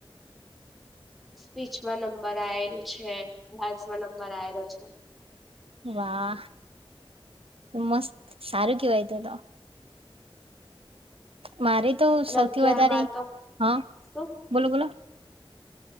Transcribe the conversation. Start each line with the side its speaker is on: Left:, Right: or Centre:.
Centre: સ્પીચમાં નંબર આયલું છે ડાન્સમાં નંબર આલો છે.
Right: વાહ મસ્ત સારું કેવાય તો તો મારે તો
Centre: અને
Right: સૌથી
Centre: અગિયાર
Right: વધારે
Centre: બાર તો
Right: હા
Centre: શું
Right: બોલો બોલો